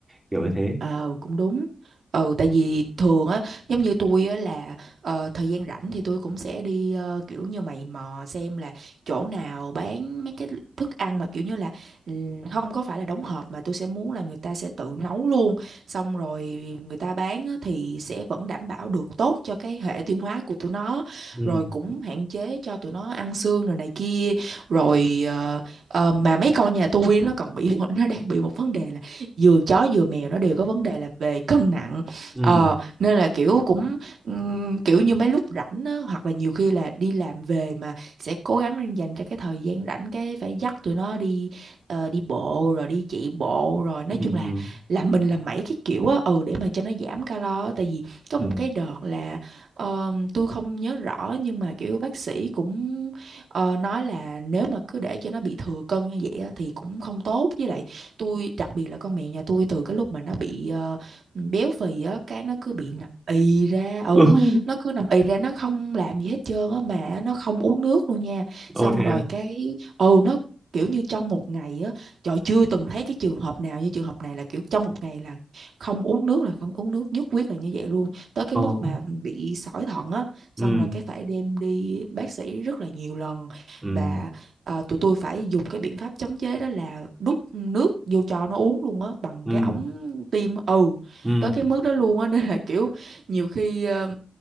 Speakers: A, on the right (about 20°); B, on the right (about 75°).
A: kiểu như thế
B: Ờ cũng đúng. Ừ tại vì thường á giống như tôi á là ờ, thời gian rảnh thì tôi cũng sẽ đi ờ, kiểu như mày mò xem là chỗ nào bán mấy cái thức ăn mà kiểu như là ừm, không có phải là đóng hộp mà tôi sẽ muốn là người ta sẽ tự nấu luôn xong rồi người ta bán á, thì sẽ vẫn đảm bảo được tốt cho cái hệ tiêu hóa của tụi nó
A: ừ
B: rồi cũng hạn chế cho tụi nó ăn xương rồi này kia rồi ờ, ờ, mà mấy con nhà tôi nó còn bị <laughs> nó đang bị một vấn đề là vừa chó vừa mèo nó đều có vấn đề là về cân nặng
A: ừ
B: ờ nên là kiểu cũng ừm, kiểu như mấy lúc rảnh á, hoặc là nhiều khi là đi làm về mà sẽ cố gắng dành ra cái thời gian rảnh cái phải dắt tụi nó đi ờ, đi bộ rồi đi chạy bộ rồi nói
A: ừ
B: chung
A: ừ
B: là làm mình làm mấy cái kiểu á ừ để mà cho nó giảm calo á. tại vì có
A: ừ
B: một cái đợt là ờ, tôi không nhớ rõ nhưng mà kiểu bác sĩ cũng Ờ, nói là nếu mà cứ để cho nó bị thừa cân như vậy á, thì cũng không tốt với lại tôi đặc biệt là con mèo nhà tôi từ cái lúc mà nó bị ờ, béo phì á cái nó cứ bị nằm ì ra ừ
A: <laughs> ừ
B: nó cứ nằm ì ra nó không làm gì hết trơn á mà nó không uống nước luôn nha
A: ồ
B: xong
A: thế
B: rồi
A: à
B: cái ừ nó kiểu như trong một ngày á trời chưa từng thấy cái trường hợp nào như trường hợp này là kiểu trong một ngày là không uống nước là không uống nước nhất quyết là như vậy luôn tới cái
A: ồ
B: mức mà bị sỏi thận á xong
A: ừ
B: rồi cái phải đem đi bác sĩ rất là nhiều lần
A: ừ
B: và ờ, tụi tôi phải dùng cái biện pháp chống chế đó là đút nước vô cho nó uống luôn á bằng
A: ừ
B: cái ống tiêm ừ
A: ừ
B: tới cái mức đó luôn á <laughs> nên là kiểu nhiều khi ờ,